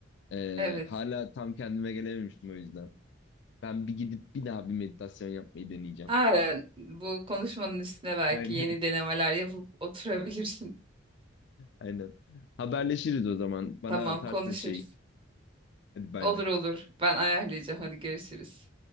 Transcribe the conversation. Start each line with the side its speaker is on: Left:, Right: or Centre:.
Left: E,
Right: Evet.
Left: hala tam kendime gelememiştim o yüzden. Ben bir gidip bir daha bir meditasyon yapmayı deneyeceğim.
Right: Aynen. Bu konuşmanın üstüne belki
Left: <laughs> Aynen
Right: yeni denemeler yapıp oturabilirsin.
Left: aynen. Haberleşiriz o zaman. Bana
Right: Tamam,
Left: atarsın
Right: konuşuruz.
Left: şey. Hadi bay
Right: Olur
Left: bay.
Right: olur. Ben ayarlayacağım. Hadi görüşürüz.